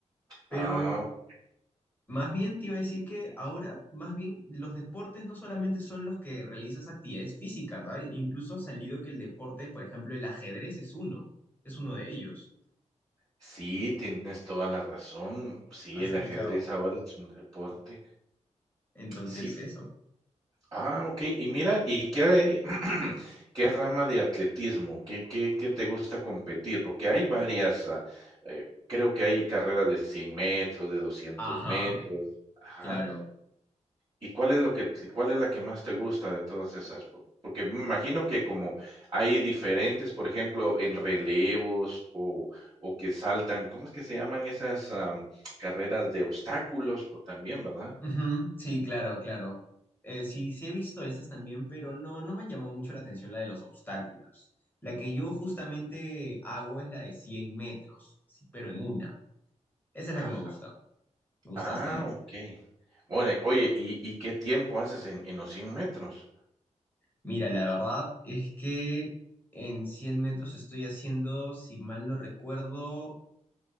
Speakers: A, on the left (about 15°); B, on the right (about 30°).
A: Pero
B: Ah, ok.
A: más bien te iba a decir que ahora, más bien, los deportes no solamente son los que realizas actividades físicas, ¿ah? Incluso ha salido que el deporte, por ejemplo, el ajedrez es uno, es uno de ellos.
B: Sí, tienes toda la razón. Sí,
A: ¿Has
B: el
A: escuchado?
B: ajedrez ahora es un deporte.
A: Entonces,
B: Sí,
A: eso.
B: Ah, okey. Y mira, ¿y qué <clears throat> qué rama de atletismo? ¿Qué qué qué te gusta competir? Porque hay varias, ah, eh, creo que hay carreras de 100 metros, de doscientos
A: Ajá,
B: metros. Ajá.
A: claro.
B: ¿Y cuál es lo que t cuál es la que más te gusta de todas esas? Po porque me imagino que como hay diferentes, por ejemplo, en relevos o o que saltan, ¿cómo es que se llaman esas, am, carreras de obstáculos? Pues, también, ¿verdad?
A: Ujú, sí, claro, claro. Eh, sí, sí he visto estas también, pero no, no me han llamado mucho la atención la de los obstáculos. La que yo justamente hago es la de 100 metros, sí, pero en una. Esa es
B: Aj
A: la que me gusta, me gusta
B: Ah,
A: bastante.
B: okey. Ora oye, ¿y y qué tiempo haces en en los 100 metros?
A: Mira, la verdad es que en 100 metros estoy haciendo, si mal no recuerdo,